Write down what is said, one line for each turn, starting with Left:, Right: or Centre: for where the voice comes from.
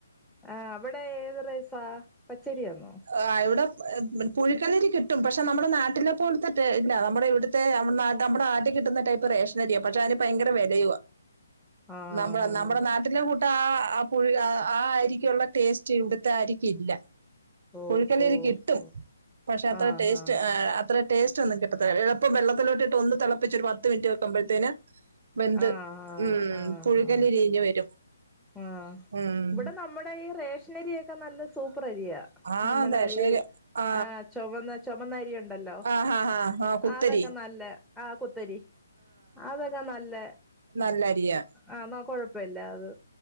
Centre: ആഹ് അവിടെ ഏത് റൈസാ പച്ചരിയാന്നോ.
Right: ആഹ് ഇവിടെ പുഴുക്കല്ലിരി കിട്ടും പക്ഷെ നമ്മുടെ നാട്ടിലെ പോലത്തെ ടേ ഇല്ല നമ്മുടെ ഇവി മ്മ ന നമ്മുടെ ആട്ടി കിട്ടുന്ന ടൈപ്പ് റേഷനരിയ പക്ഷെ അതിന് ഭയങ്കര വെലയുവ
Centre: ആഹ്
Right: നമ്മ
Centre: ആഹ്
Right: നമ്മുടെ നാട്ടിലെ കൂട്ട ആഹ് ആഹ് പുഴ ആഹ് അരിക്കുള്ള ടേസ്റ്റ് ഇവിടുത്തെ അരിക്ക് ഇല്ല.
Centre: ഓഹോ
Right: കുഴിക്കല്ലരി കിട്ടും
Centre: ഹോ
Right: പക്ഷെ അത്ര
Centre: ആഹാ
Right: ടേസ്റ്റ് ഏഹ് അത്ര ടേസ്റ്റ് ഒന്നും കിട്ടത്തില്ല എളുപ്പം വെള്ളത്തിലോട്ടിട്ട് ഒന്ന് തിളപ്പിച്ച ഒരു പത്ത് മിറ്റ് വെക്കുമ്പോഴത്തേന്. വെന്ത്
Centre: ആഹാ
Right: ഉം
Centre: ആഹാ
Right: പുഴുകലരി ഇഞ്ഞ് വരും.
Centre: ആഹ്
Right: ഉം
Centre: ഇവിടെ നമ്മടെ ഈ റേഷനരിയൊക്കെ നല്ല സൂപ്പർ അരിയ.
Right: ആ
Centre: നമ്മുടെ
Right: ദശ
Centre: ഈ
Right: ആ
Centre: ആഹ് ചുവന്ന ചുവന്നരിയു ണ്ടല്ലോ
Right: ആ ഹാ ഹാ ആ കുത്തരി
Centre: അതന്നെ നല്ല ആഹ് കുത്തരി. അതൊക്കെ നല്ല.
Right: നല്ലരിയ.
Centre: ആഹ് ന്ന കൊഴപ്പല്ല അത്.